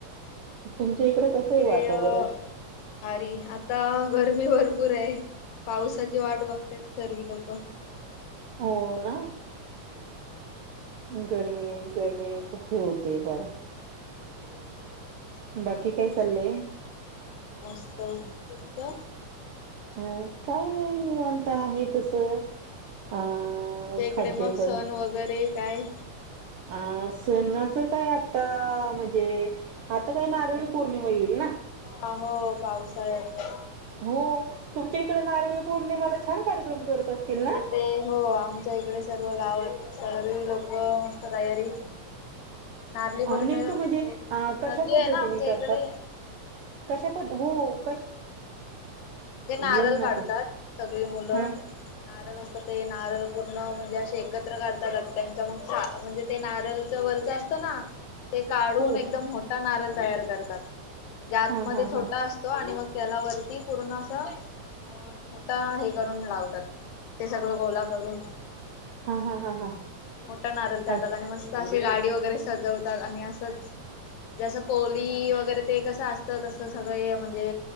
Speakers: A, on the right; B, on the left.
A: तुमच्या
B: मस्त
A: इकडं
B: आमच्या
A: कसं
B: इकडे
A: आहे वातावरण?
B: अ भारी आता गरमी भरपूर आहे पावसाची वाट बघतेत सर्वी लोक
A: होना
B: <unintelligible>
A: गर्मीने
B: मग
A: गर्मी खूप होतय फार
B: <unintelligible>
A: बाकी काय चाल्लय
B: मस्त तुमचं
A: अ काय नाही निवांत आहे तसं अ
B: तुमच्या इकडे
A: खाद्य
B: मग
A: पदार्थ
B: सण वगैरे काय
A: अ सणाच काय आता म्हणजे आता काय नारळी पौर्णिमा येईल ना
B: ह हो पाऊसाळ्यात
A: हो तुमच्या इकडे नारळी पौर्णिमाला छान कार्यक्रम करत असतील ना
B: ते हो आम आमच्या इकडे सर्व गावात सर् लोक मस्त तयारी नारळी पौर्णिमेला
A: नेमकं म्हणजे अ कशा
B: नदी
A: पद्धतीने
B: आहे ना आमच्या
A: करतात
B: इकडे
A: कशा पद कश
B: ते नारळ
A: येऊ नका
B: काढतात सगळी मुलं
A: हा
B: नारळ असतात ते नारळ पूर्ण म्हणजे असे एकत्र करता जातात त्यांच्या मग सा म्हणजे ते नारळ वरच अस चना काढून
A: हो
B: एकदम मोठा नारळ तयार करतात जे आतमध्ये
A: हा हा
B: छोटा
A: हा
B: अस तो आणि मग त्याला वरती पूर्ण अस मोठा हे करून लावतात ते सगळं गोला करून
A: हा हा हा हा
B: मोठा नारळ करतात
A: अच्छा
B: आणि मस्त स्त अशी गाडी वगैरे सजवतात आणि असंच जे जसं कोली वगैरे ते कसं असतं तसं सगळे म्हणजे